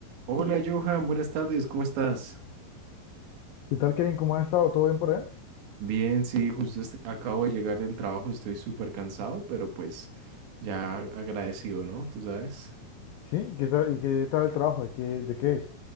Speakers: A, on the right; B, on the left.
A: Hola Johan, buenas tardes, ¿cómo estás?
B: ¿Qué tal, Kevin? ¿Cómo has estado? ¿Todo bien por allá?
A: Bien, sí, justo est- acabo de llegar del trabajo, estoy súper cansado, pero pues ya agradecido, ¿no? Tú sabes.
B: Sí, ¿qué tal? ¿Y qué tal el trabajo? ¿De qué, de qué es?